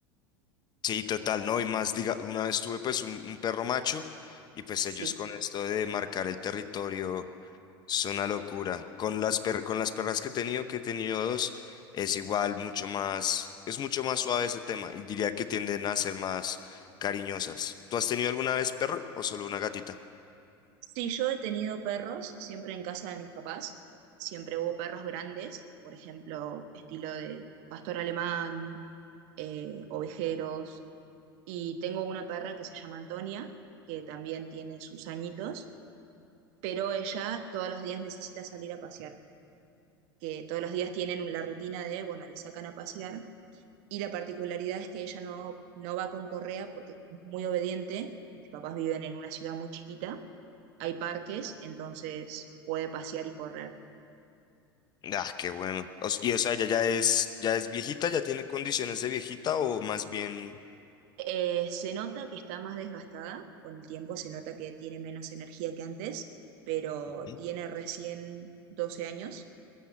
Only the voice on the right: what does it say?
Sí.
Sí, yo he tenido perros siempre en casa de mis papás. Siempre hubo perros grandes, por ejemplo, estilo de pastor alemán, eh, ovejeros Y tengo una perra que se llama Antonia, que también tiene sus añitos, pero ella todos los días necesita salir a pasear, que todos los días tienen la rutina de, bueno, la sacan a pasear. Y la particularidad es que ella no, no va con correa porque como es muy obediente, mis papás viven en una ciudad muy chiquita, hay parques, entonces puede pasear y correr.
Eh, se nota que está más desgastada con el tiempo, se nota que tiene menos energía que antes, pero
tiene recién doce años,